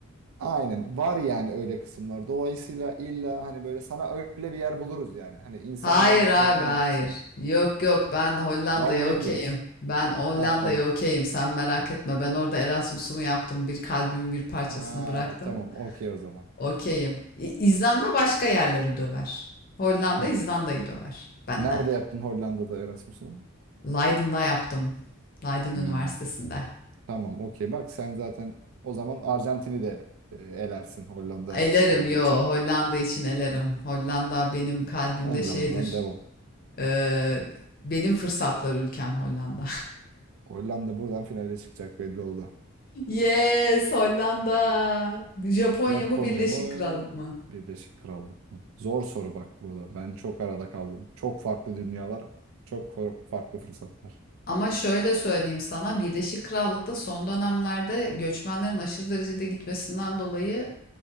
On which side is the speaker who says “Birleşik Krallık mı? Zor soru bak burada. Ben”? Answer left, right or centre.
Right